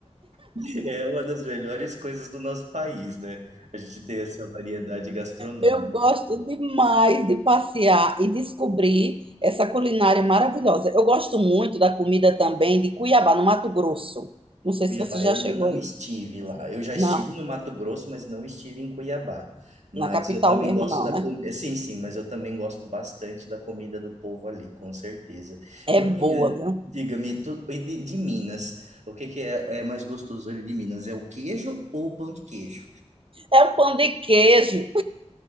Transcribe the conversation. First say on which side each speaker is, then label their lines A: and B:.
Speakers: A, on the right; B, on the right.
A: <laughs> é uma das melhores coisas do nosso país, né? A gente tem essa variedade gastronômica.
B: Eu gosto demais de passear e descobrir essa culinária maravilhosa. Eu gosto muito da comida também de Cuiabá, no Mato Grosso. Não sei
A: Cuiabá
B: se você já
A: eu
B: chegou
A: ainda não
B: aí.
A: estive lá. Eu já
B: Não,
A: estive no Mato Grosso, mas não estive em Cuiabá. Mas
B: na capital
A: eu também
B: mesmo
A: gosto
B: não,
A: da
B: né?
A: comida. Sim, sim, mas eu também gosto bastante da comida do povo ali, com certeza.
B: É
A: Mas,
B: boa,
A: minha,
B: viu?
A: diga-me, tu... e de, de Minas, o que que é, é mais gostoso ali de Minas? É o queijo ou o pão de queijo?
B: É o pão de queijo.